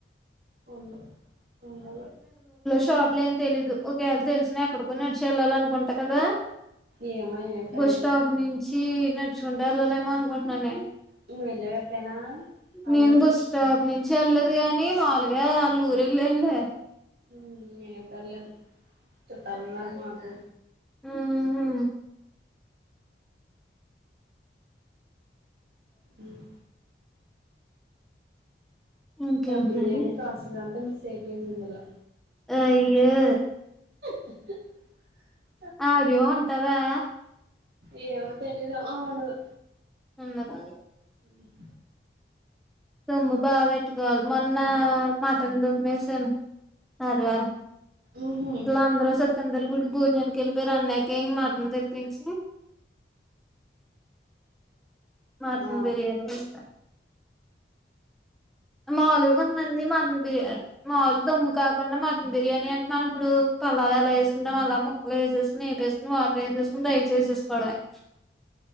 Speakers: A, on the right (about 55°); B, in the centre.
A: ఉండు ఉండదు.
B: షాప్ లో ఏం తెలీదు ఒకవేళ్ తెలిసినా అక్కడ నడిచే వెళ్ళాల అనుకుంటా కదా
A: ఏమో నేను ఎప్పుడెళ్ళలేదు
B: బస్ స్టాప్ నుంచి నడుచుకుం టా వెళ్ళలేమో అనుకుంటున్నాను నేను
A: నువ్వు వెళ్ళావా ఎప్పుడైనా ఆ
B: నేను
A: ఊరు
B: బస్ స్టాప్ నుం చెల్లేదు గాని మాములుగా వాళ్ళు ఊరు వెళ్ళాన్లే
A: ఉమ్ నేనేప్పుడు వెళ్లేదు తుట్టాన్నార్ మాకు
B: ఉమ్ హు
A: ఉమ్
B: ఇంకేంటిమరి
A: టమ్ బిర్యానీ ప్రాస్ అంతా మిస్ అయిపోయింది ఇందులో
B: అయ్యో
A: <inaudible>
B: ఆడియో ఉంటాదా?
A: ఏమో తెలీదు ఆ ఉండదు.
B: ఉండదా?
A: ఉమ్
B: తొమ్ము బాగా పెట్టుకోవాలి మొన్న మటన్ దుమ్మేసాను ఆదివారం
A: ఊహూ
B: ఈల్లందరు సూత్తంటే లూరి భోజనానికి కేల్ మీరు అన్నయక ఇం మాటం తెప్పించ <unintelligible> మటన్
A: ఆ
B: బిర్యానీ ఎస్తా మాలు కొందండి మన బి మాములు దమ్ము కా <unintelligible> కాకుండా మటన్ బిర్యా అంటే మనం ఇప్పుడు పల్లావ ఎలా వేసుకుంటం అలా ముక్కలు వేసుకుని వేకుని వాటర్ వేని <unintelligible> తుా ఇచ్చేసస్కోడవ <unintelligible>